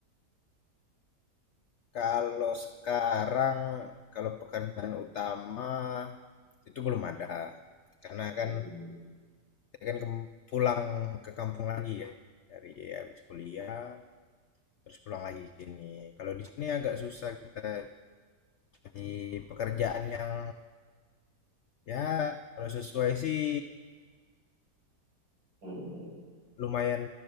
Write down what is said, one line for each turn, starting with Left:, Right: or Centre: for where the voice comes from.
Left: Kalau sekarang, kalau pekerjaan utama itu belum ada, karena
Right: Hmm,
Left: kan saya kan kem- pulang ke kampung lagi ya dari habis kuliah, terus pulang lagi ke sini. Kalau di sini agak susah kita di pekerjaan yang Ya, kalau sesuai sih
Right: hmm, hmm.
Left: lumayan